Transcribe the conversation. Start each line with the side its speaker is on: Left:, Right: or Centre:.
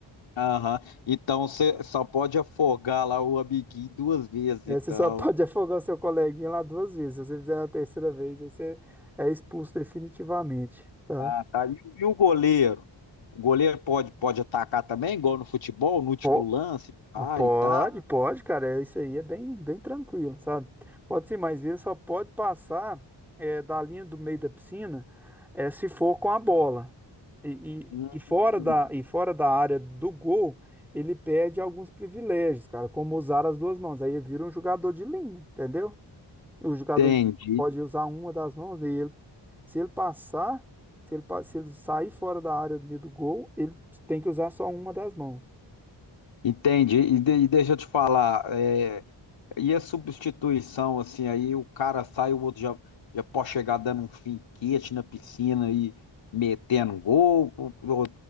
Left: Aham. Então você só pode afogar lá o amiguinho duas vezes,
Centre: É,
Left: então.
Centre: você só pode <laughs> afogar o seu coleguinha lá duas vezes. Se você fizer na terceira vez, aí você é expulso definitivamente, tá?
Left: Ah, tá. E, e o goleiro? O goleiro pode, pode atacar também, igual no futebol, no último
Centre: Po-
Left: lance, para
Centre: Pode,
Left: e tal.
Centre: pode, cara. é Isso aí é bem, bem tranquilo, sabe? Pode sim, mas ele só pode passar é, da linha do meio da piscina é, se for com a bola. E,
Left: Hum,
Centre: e, e fora da, e fora da área do gol, ele perde alguns privilégios, cara, como usar as duas mãos. Aí ele vira um jogador de linha, entendeu? O jogador
Left: entendi,
Centre: de pode usar uma das mãos dele. Se ele passar, se ele, pa- se ele sair fora da área do do gol, ele tem que usar só uma das mãos.
Left: entendi. E, de- e deixa eu te falar, é, e a substituição, assim, aí o cara sai, o outro já, já pode chegar dando um finquete na piscina e metendo gol. co- co-